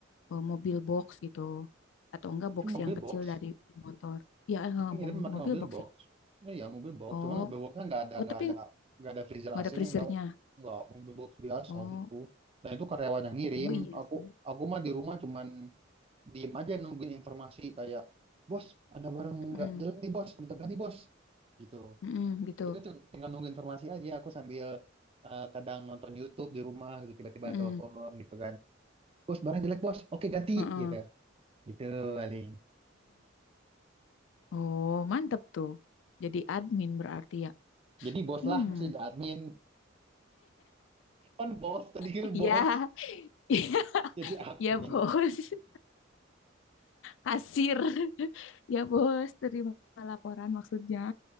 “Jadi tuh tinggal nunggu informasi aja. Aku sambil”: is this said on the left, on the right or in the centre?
Right